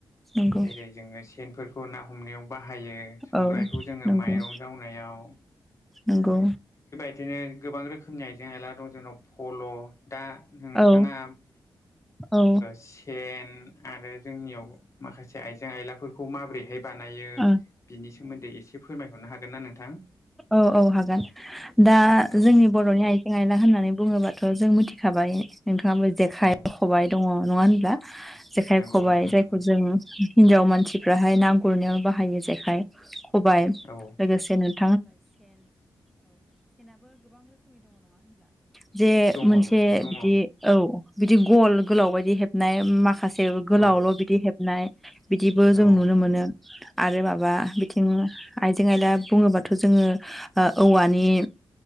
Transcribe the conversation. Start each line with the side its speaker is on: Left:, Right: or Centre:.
Centre: नंगौ
Left: जेरै जोङो सेनफोरखौ ना हमनायाव बाहायो संग्रायखौ
Centre: औ
Left: जोङो
Centre: नंगौ
Left: माइरं जावनायाव। <inaudible>
Centre: नंगौ।
Left: बिदिनो गोबां रोखोमनि आइजें आइला दं जोंनाव पल' दा नोंथाङा।
Centre: औ औ
Left: स आरो जोंनि मसे आइजें आइलाफोरखौ माबोरैहाय बानायो
Centre: औ
Left: बिनि सोमोन्दै एसे फोरमायहरनो हागोन ना नोंथां।
Centre: औ औ हागोन दा
Left: औ
Centre: जोंनि बर'नि आइजें। आइला होननानै बुङोब्लााथ' जों मिथिखाबाय नोंथाङाबो जेखाइ
Left: औ
Centre: खबाइ दङ नङा होनब्ला। जेखाइ
Left: नंगौ
Centre: खबबाय
Left: नोंथां
Centre: जायखौ
Left: नंगौ
Centre: जों। हिनजाव मानसिफ्राहाय ना गुरनायाव बाहायो जेखाइ खबाइ
Left: औ
Centre: लोगोसेनो। <inaudible> जे
Left: दङ
Centre: मोनसे
Left: नोंथां दङ
Centre: बिदि
Left: औ
Centre: औ बिदि गल गोलाव बायदि हेबनाय माखासे। माखासे गोलावल'
Left: औ
Centre: बिदि हेबनाय। बिदिबो जों
Left: औ
Centre: नुनो मोनो आरो माबा बिथिं आइजें आइला बुङोब्ला। जोङो औवानि